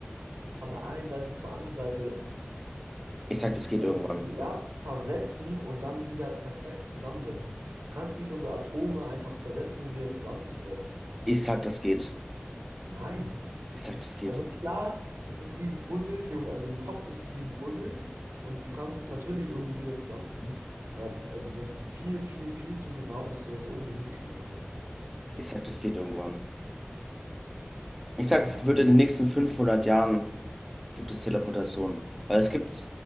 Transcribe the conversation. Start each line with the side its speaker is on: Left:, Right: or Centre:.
Right: von der einen Seite zur anderen Seite,
Centre: Ich sag, das geht
Right: also
Centre: irgendwann.
Right: die erst zersetzen und dann wieder perfekt zusammensetzen. Du kannst nicht unsere Atome einfach zersetzen und wieder zusammenzusetzen.
Centre: Ich sag, das geht.
Right: Nein.
Centre: Ich sag, das geht.
Right: Also klar, das ist wie ein Puzzle, Theo- also im Kopf ist es wie ein Puzzle und du kannst es natürlich irgendwie wieder zusammenfügen, aber also das ist viel, viel, viel zu genau, dass du das irgendwie hinkriegen kannst.
Centre: Ich sag, das geht irgendwann. Ich sag,
Right: Ja,
Centre: es
Right: vielleicht.
Centre: wird in den nächsten 500 Jahren gibt es Teleportation. Weil es gibt,